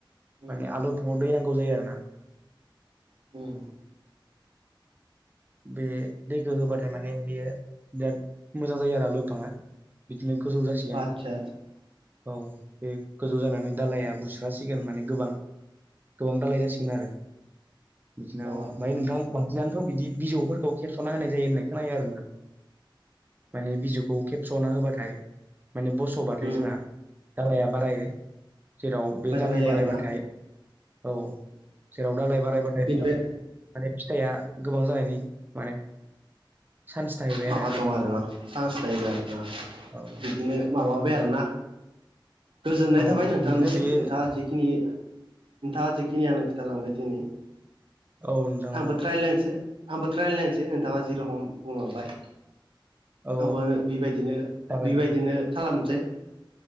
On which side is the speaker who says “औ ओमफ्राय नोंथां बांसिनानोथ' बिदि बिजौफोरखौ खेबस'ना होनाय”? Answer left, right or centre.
Right